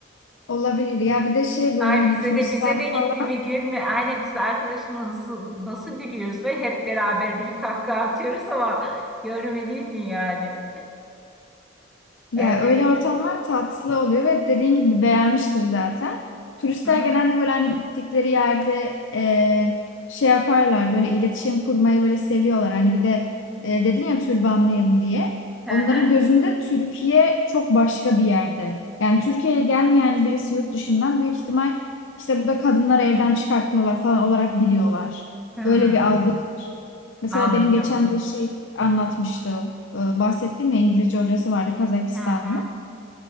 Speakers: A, on the left; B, in the centre.
A: Olabilir. Ya bir de şey böyle
B: Ay
A: hani
B: bize
A: turistler
B: de bize de gitti
A: falan
B: bir gülme. Aynen biz de arkadaşımla nasıl nasıl gülüyoruz ve hep beraber bir kahkaha atıyoruz ama <laughs> görmeliydin yani.
A: Ya
B: Öyle.
A: öyle ortamlar tatlı oluyor ve dediğin gibi beğenmiştir zaten. Turistler
B: Hı hı.
A: genelde böyle hani gittikleri yerde e, şey yaparlar böyle iletişim kurmayı böyle seviyorlar. Hani bir de e, dedin ya türbanlıyım diye.
B: Hı
A: Onların
B: hı.
A: gözünde Türkiye çok başka bir yerde. Yani Türkiye'ye gelmeyen birisi yurt dışından büyük ihtimal işte burada kadınları evden çıkartmıyorlar falan olarak biliyorlar.
B: Hmm,
A: Öyle bir algı var. Mesela
B: Anladım.
A: benim geçen de şey anlatmıştı. Ee, bahsettiğim ya İngilizce hocası vardı Kazakistanlı.
B: Hı hı.